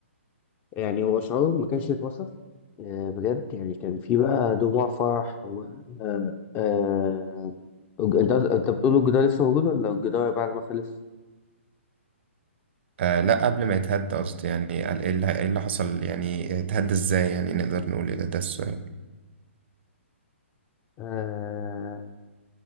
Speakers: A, on the left; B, on the right.
A: يعني هو شعور ما كانش يتوصف آه، بجد يعني كان في بقى دموع فرح و آه، آه، الج- انت انت بتقول الجدار لسه موجود ولا الجدار بعد ما خلص؟
B: آه لا قبل ما يتهد قصدي يعني قال ايه اللي ايه اللي حصل يعني اتهد ازاي يعني نقدر نقول ايه ده ده السؤال
A: آه